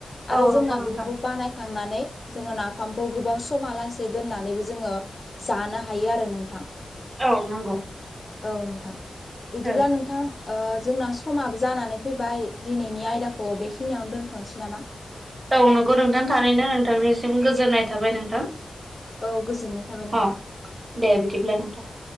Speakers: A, on the left; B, on the right.
A: आरो
B: औ
A: जोंना
B: नंगौ नोंथां
A: बेफोरखौ बानायखांनानै जोङो नाफामखौ गोबाव समालासे दोननानैबो जोङो जानो हायो आरो नोंथां
B: औ नंगौ
A: औ नोंथां बिदिब्ला
B: औ
A: नोंथां ओ जोंना समाबो जानानै फैबाय दिनैनि आयदाखौ बेखिनिआवनो दोनथ' थ'नोसै नामा
B: औ नंगौ नोंथां थनो नोंथांनिसिम गोजोननाय थाबाय नोंथां
A: औ गोजोननाय थाबाय नोंथां
B: अ दे बिदिब्ला नोंथां